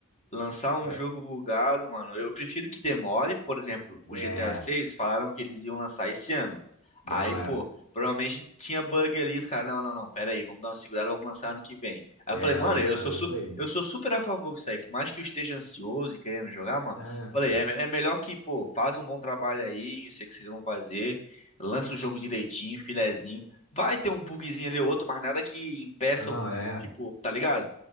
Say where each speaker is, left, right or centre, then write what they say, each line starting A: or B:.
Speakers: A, on the left; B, on the left.
A: lançar um
B: eu-
A: jogo bugado, mano, eu prefiro que demore. Por exemplo, o
B: É,
A: GTA 6 falaram que eles iam lançar esse ano.
B: não,
A: Aí, pô,
B: é,
A: provavelmente tinha bug ali, os caras, não, não, não, pera aí, vamos dar uma segurada, vamos lançar ano que vem. Aí
B: é,
A: eu falei, mano,
B: lançar
A: eu sou, su-
B: isso aí.
A: eu sou super a favor disso aí, por mais que eu esteja ansioso e querendo jogar, mano,
B: É,
A: falei, é, é melhor que, pô, faz um bom trabalho aí, eu sei que vocês vão fazer, lança o jogo direitinho, filezinho, vai ter um bugzinho ali ou outro, mas nada que impeça,
B: não,
A: o-
B: é.
A: tipo, tá ligado?